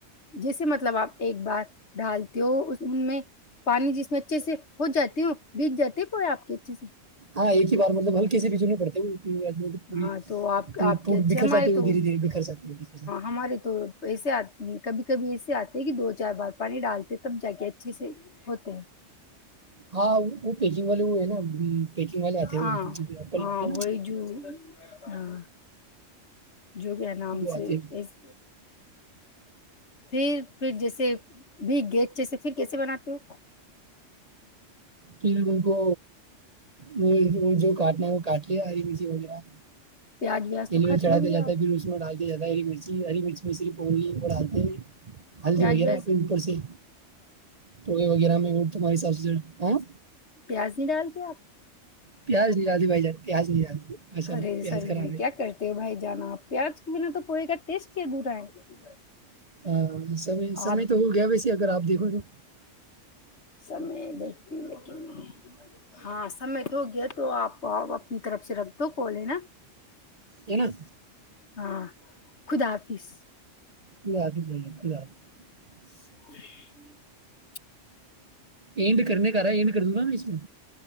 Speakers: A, on the left (about 60°); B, on the right (about 35°).
A: جیسے مطلب آپ ایک بار ڈالتے ہو ان میں پانی جس میں اچھے سے ہو جاتی ہو بیگ جاتے پے آپ کے اچھے سے
B: ہاں ایک ہی بار مطلب ہلکے سے بھیچونے پڑتے وہ نہیں تو پوری
A: ہاں تو آپ
B: ٹوٹ
A: آپ
B: ٹوٹ
A: کے اچھے
B: بکھر
A: ہمارے
B: جاتی ہے
A: تو
B: وہ دھیرے دھیرے بکھر جاتی ہے بکھر جاتی ہے
A: ہمارے تو ایسے آ کبھی کبھی ایسے آتے ہیں کہ دو چار بار پانی ڈالتے تب جا کے اچھے سے ہوتے ہیں
B: ہاں وہ پییکنگ والے وہ ہے نا پیکنگ والے آتے ہیں
A: ہاں
B: وہپر
A: ہاں
B: لاتتے ہیں
A: وہی
B: نا
A: جو ہاں جو کیا نام
B: وہ
A: سے
B: آتے
A: اس پھر پھر جیسے بھی گی اچھ سے پھر کیسے بناتے ہو
B: پھر ان کو وہ جو کاٹنا ہے وہ کاٹ لیا اری مچے وغیرہ
A: پیاز ویاز
B: تل
A: تو کھاتے
B: ویل چڑھا
A: ہوں
B: دیا
A: گے
B: جاتا
A: آپ
B: ہے پھر اس میں ڈال زیاد ہری مرچ ہری مرچ مس اور بتے ہلدی
A: پیاز
B: وغیرہ
A: ویاز
B: پھر اوپر سے تو وغیرہ میں وہمارے حساب سے ہاں
A: پیازی دال دیا
B: پیاز نہیں ڈالتی بھائی جان پیاز نہیں ڈالتی ماشاء
A: ارے
B: اللہ پیاز
A: سر
B: خراب
A: جی
B: ہے
A: کیا کرتے ہو بھائی جان آپ پیاز کے بنا تو پوئے گا ٹیسٹ ہی دورا ہے
B: ہاں سمئے سمے
A: آپ
B: تو ہو گیا ویسے اگر آپ دیکھو تو
A: س میں دیکھتی ہوں لیکن نہیں ہاں سمے تو گیا تو آپ آ اپنی طرف سے رکھ دو کولے نا
B: ہے نا
A: ہاں خدافظ
B: خدلا حافظ بھ خدلا حافظ
A: ج
B: اینڈ کرنے کا رہا ہے اینڈ کر دوں نا میں اس میں